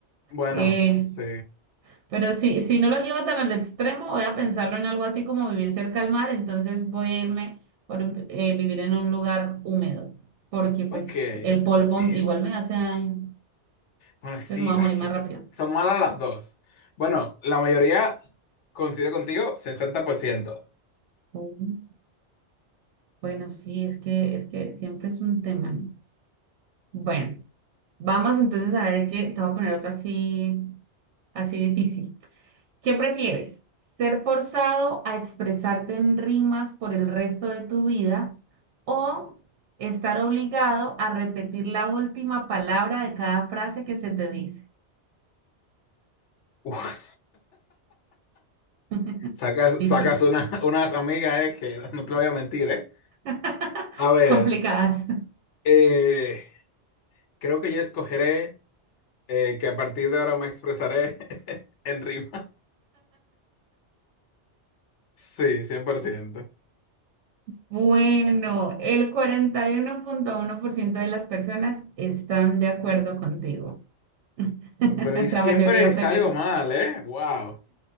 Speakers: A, on the left (about 80°); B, on the right (about 80°).
A: Bueno,
B: Eh,
A: sí.
B: Pero si, si no lo llevo tan al extremo, voy a pensarlo en algo así como vivir cerca al mar, entonces voy a irme por eh, vivir en un lugar húmedo, porque pues
A: Ok. Eh,
B: el polvo igual me hace daño,
A: bueno, sí,
B: entonces me voy a
A: ay,
B: morir más
A: que t-
B: rápido.
A: son malas las dos. Bueno, la mayoría coincide contigo, 60%.
B: Mm. Bueno, sí, es que, es que siempre es un tema, ¿no? Bueno, vamos entonces a ver qué, te voy a poner otro así, así difícil. ¿Qué prefieres? ¿Ser forzado a expresarte en rimas por el resto de tu vida o estar obligado a repetir la última palabra de cada frase que se te dice?
A: <laughs> Uf,
B: <laughs>
A: sacas,
B: Difícil.
A: sacas una, <laughs> unas amigas, eh, que <laughs> no te lo voy a mentir, eh.
B: <laughs>
A: A ver,
B: Complicadas.
A: eh, creo que yo escogeré. eh, que a partir de ahora me expresaré <laughs> en rima. Sí, 100%.
B: Bueno, el cuarenta y uno uno punto uno por ciento de las personas están de acuerdo contigo. <laughs>
A: Pero y siempre
B: La mayoría
A: salgo
B: prefieren.
A: mal, ¿eh? Wow.